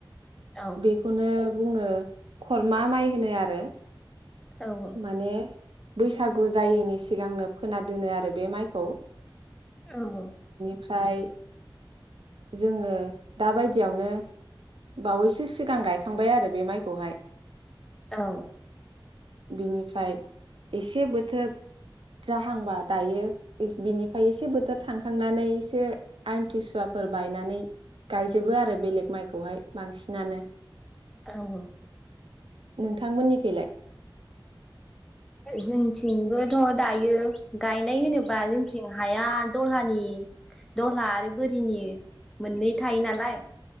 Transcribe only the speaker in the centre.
औ
औ
औ औ
औ
औ औ
जोंथिंबोथ' दायो गायनाय होनोब्ला जोंथिं हाया दहलानि दहला आरो बोरिनि मोननै थायो नालाय।